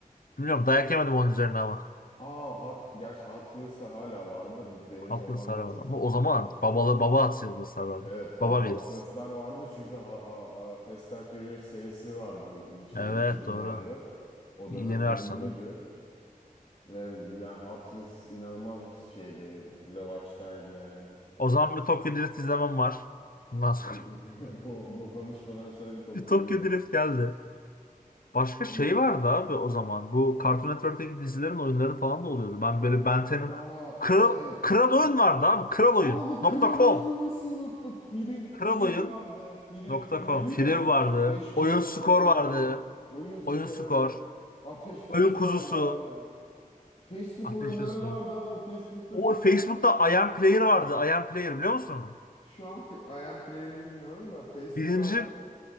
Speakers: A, on the left; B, on the left.
A: Bilmiyorum dayak yemedim onun üzerine ama.
B: Aa, Hot, gerçi Hot Wheels'lar hala vardı da biz, benim
A: Alt
B: zamanımda
A: yıldız sarar var.
B: çok
A: Ama
B: popülerdi.
A: o zaman babalı, baba at yıldız sarardı.
B: Evet baba
A: Baba
B: Hot
A: veririz.
B: Wheels'lar vardı çünkü ha, ha- ha- Fast and Furious serisi vardı şey
A: Evet
B: 2000'lerde.
A: doğru.
B: O
A: Yeni
B: dönemde
A: versiyonları.
B: ünlüydü ve yani Hot Wheels inanılmaz bir şeydi. Revaçtaydı yani.
A: O zaman bir Tokyo Drift izlemem var. Bundan sonra
B: Bir, <laughs> bu, bu konuşmadan sonra
A: <laughs>
B: bir Tokyo
A: bir Tokyo
B: Drift.
A: Drift geldi. Başka
B: On,
A: şey vardı abi o zaman. Bu Cartoon Network'teki dizilerin oyunları falan da oluyordu. Ben böyle Ben 10'ın
B: aa
A: Kral,
B: evet.
A: Kral Oyun vardı abi. Kraloyun.com
B: Abi kral
A: .com
B: oyunu nasıl unuttuk? Free,
A: Kral
B: Free
A: Oyun
B: vardı. Free,
A: nokta
B: Free
A: com.
B: biliyor
A: Filev
B: musun
A: vardı.
B: sen? 5000
A: Oyun
B: tane
A: Skor
B: oyun.
A: vardı.
B: Oyun skor
A: Oyun Skor.
B: evet. Ateş
A: Oyun
B: ve su
A: Kuzusu.
B: vardı abi. Facebook
A: Ateş
B: oyunları
A: ve Su.
B: vardı abi. Facebook'ta
A: O
B: şu
A: Facebook'ta
B: an
A: Iron Player vardı. Iron Player biliyor musun onu?
B: şu an fe- I am Player'ı bilmiyorum da Facebook
A: Birinci
B: artık